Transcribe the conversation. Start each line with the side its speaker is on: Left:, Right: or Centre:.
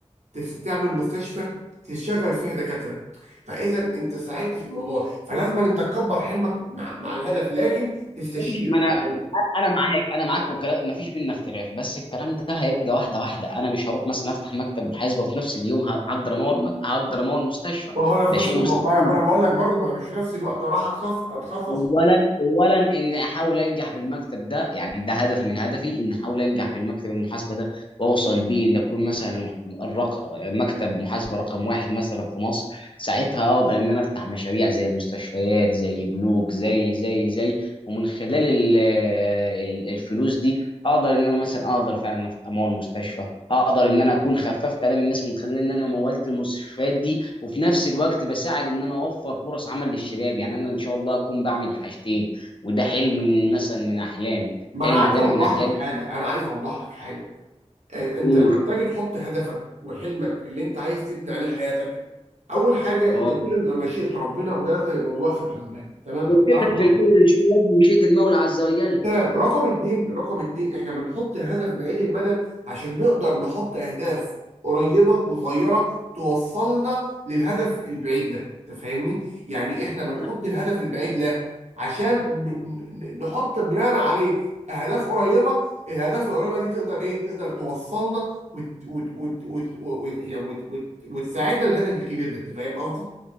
Right: تس- تعمل مستشفى تشغل فيها دكاتره فاذا انت ساعدت في الموضوع فلازم انت تكبر حلمك مع, مع الهدف لكن تستشير
Left: أنا أمشي. ما انا
Right: طب هو-
Left: انا معاك انا معاك وكلام ما فيش بينا اختلاف بس الكلام ده هيبقى واحده واحده انا مش هروح مثلا افتح مكتب محاسبه وفي نفس اليوم ه- هقدر امول هقدر امول مستشفى
Right: ما هو انا
Left: ده
Right: في نفس
Left: شيء
Right: الموضوع
Left: مستحيل
Right: ما انا ما أنا بقول لك برضو ما انا مش في نفس الوقت راح اتخصص اتخصص
Left: اولا اولا ان احاول انجح بالمكتب ده يعني ده هدف من هدفي ان احاول انجح بالمكتب المحاسبه ده واوصل بيه ان اكون مثلا المح- الرق... مكتب محاسبه رقم واحد مثلا في مصر ساعتها اقدر ان انا افتح مشاريع زي مستشفيات زي بنوك زي زي زي ومن خلال ال... ال- الفلوس دي اقدر ان انا مثلا اقدر فعلا امول مستشفى اقدر ان انا اكون خففت الام الناس من خلال ان انا مولت المستشفيات دي وفي نفس الوقت بساعد ان انا اوفر فرص عمل للشباب يعني انا ان شاء الله اكون بعمل الحاجتين وده حلم من مثلا من احلامي
Right: ما
Left: حلم
Right: انا عايز
Left: تاني
Right: اوضح
Left: من احلامي
Right: لك حاجه انا عايز اوضح لك حاجه انت
Left: قول
Right: لما بتيجي تحط هدفك وحلمك اللي انت عايز تبني عليه حياتك اول حاجه
Left: اه
Right: ده كله بيبقى مشيئه ربنا وده لازم يبقى موضوع في الحسبان تمام ده
Left: قلت لك
Right: رقم
Left: في الاول
Right: واحد
Left: ان شاء الله بمشيئه المولى عز وجل
Right: تمام رقم اتنين رقم اتنين احنا بنحط هدف بعيد المدى عشان نقدر نحط اهداف قريبة وصغيرة توصلنا للهدف البعيد ده تفهمني يعني احنا بنحط
Left: انا
Right: الهدف البعيد له عشان ن- ن- ن- نحط بناء عليه اهداف قريبة الاهداف القريبة دي تقدر ايه تقدر توصلنا وت... وت... وت... وت... وت... وت... وت... وت... وتساعدنا للهدف الكبير ده انت فاهم قصدي